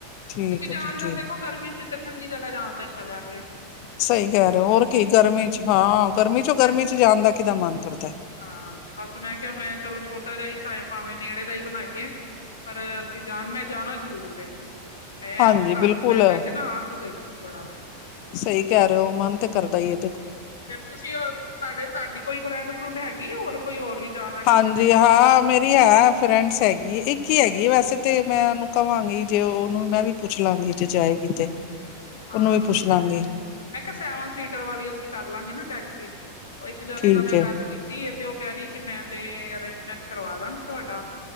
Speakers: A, on the left (about 45°); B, on the left (about 70°).
A: ਠੀਕ
B: ਕਿਉਂਕਿ
A: ਹੈ
B: ਜਾਣ
A: ਜੀ ਠੀਕ
B: ਦਾ ਦੇਖੋ ਗਰਮੀ 'ਚ ਤੇ ਠੰਡੀ ਜਗਾ ਜਾਣ ਦਾ ਈ ਮਜ਼ਾ ਏ।
A: ਸਈ ਕਹਿ ਰੇਓ ਹੋਰ ਕੀ ਗਰਮੀ 'ਚ ਹਾਂ ਗਰਮੀ ਚੋਂ ਗਰਮੀ
B: ਫੇਰ
A: 'ਚ ਜਾਣ ਦਾ ਕਿਦਾਂ ਮਨ ਕਰਦੇਅ।
B: ਹਾਂ ਬਸ ਮੈਂ ਕਿਹਾ ਮੈਂ ਚਲੋ ਛੋਟਾ ਜਾ ਈ ਚਾਏ ਪਾਵੇਂ ਨੇੜੇ ਦਾ ਈ ਬਣਾਈਏ। ਪਰ ਅਸੀਂ ਜਾਣ ਮੈਂ ਜਾਣਾ ਜ਼ਰੂਰ ਏ, ਮੈਂ
A: ਹਾਂਜੀ
B: ਹੁਣ
A: ਬਿਲਕੁਲ
B: ਘਰ ਨਈ ਨਾ ਆਕ ਗਈ ਸੀ ਬੜਾ
A: ਸਹੀ ਕਹਿ ਰਹੇ ਹੋ ਮਨ ਤੇ ਕਰਦਾ ਈ ਐ।
B: ਫੇਰ ਤੁਸੀਂ ਤੁਹਾਡੇ ਤੁਹਾਡੀ ਕੋਈ ਫਰੈਂਡ ਫਰੁੰਡ ਹੈਗੀ ਹੋਰ ਕੋਈ ਹੋਰ ਵੀ ਜਾਣਾ ਕਿਸੇ
A: ਹਾਂਜੀ
B: ਨੇ?
A: ਹਾਂ <unintelligible> ਤੇ ਹੈ ਫਰੈਂਡਸ ਹੈਗੀ ਇੱਕ ਹੀ ਹੈਗੀ ਵੈਸੇ ਤੇ ਮੈਂ ਉਹਨੂੰ ਕਹਾਂਗੀ ਜੇ ਉਹਨੂੰ ਮੈਂ ਵੀ, ਪੁੱਛ ਲਾਂਗੀ ਜੇ ਜਾਏਗੀ ਤੇ
B: ਹਾਂ
A: ਉਹਨੂੰ ਵੀ ਪੁੱਛ
B: ਮੈਂ
A: ਲਾਂਗੀ
B: ਮੈਂ ਕਿਹਾ ਸੈਵਨ ਸੀਟਰ ਵਾਲੀ ਅਸੀਂ ਕਰ ਲਾਂਗੇ ਨਾ ਟੈਕਸੀ ਉਹ ਇੱਕ ਜਾਣੇ
A: ਠੀਕ
B: ਨਾਲ ਮੈਂ
A: ਹੈ
B: ਗੱਲ ਕੀਤੀ ਏ ਤੇ ਉਹ ਕਹਿ ਰਹੀ ਕਿ ਮੈਂ ਤੇ ਅਰੇਂਜਮੈਂਟ ਕਰਵਾ ਦਾਂਗੀ ਤੁਹਾਡਾ